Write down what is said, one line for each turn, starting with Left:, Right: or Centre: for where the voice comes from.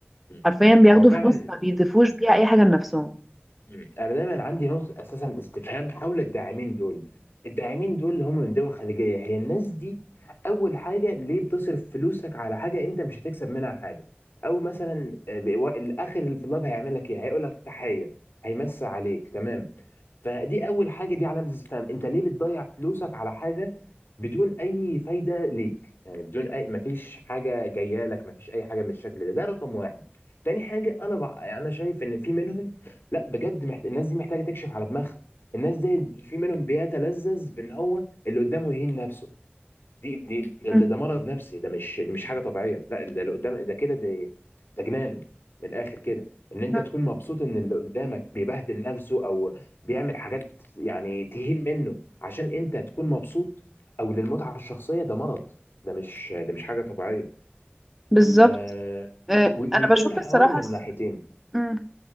Left: امم
Centre: حرفيا بياخدوا
Left: هو فعلا
Centre: فلوس ما بيضيفوش بيها أي حاجة لنفسهم
Left: مم. انا دايما عندي نقطه اساسا استفهام حول الداعمين دول الداعمين دول اللي هم من دول خليجيه هي الناس دي اول حاجه ليه بتصرف فلوسك على حاجه انت مش هتكسب منها حاجه او مثلا آه، بيو- الاخر اللي في اللاب هيعمل لك ايه هيقول لك تحيه هيمسي عليك تمام فدي اول حاجه دي علامه استفهام انت ليه بتضيع فلوسك على حاجه بدون اي فايده ليك يعني بدون اي مفيش حاجه جايه لك مفيش اي حاجه من الشكل ده ده رقم واحد تاني حاجه انا بقى انا شايف ان في منهم لا بجد محت... الناس دي محتاجه تكشف على دماغها الناس دي في منهم بيتلذذ بان هو اللي قدامه يهين نفسه دي دي ده,
Centre: مم.
Left: ده, ده مرض نفسي ده مش دي مش حاجه طبيعيه لا ده اللي قدام ده كده ده ده جنان من الاخر كده ان انت
Centre: مم.
Left: تكون مبسوط ان اللي قدامك بيبهدل نفسه او بيعمل حاجات يعني تهين منه عشان انت تكون مبسوط او للمتعه الشخصيه ده مرض ده مش ده مش حاجه طبيعيه
Centre: بالظبط
Left: آه...
Centre: آه،
Left: وي-
Centre: انا
Left: ويكون
Centre: بشوف
Left: الحوار
Centre: الصراحه
Left: من
Centre: س-
Left: ناحيتين
Centre: مم.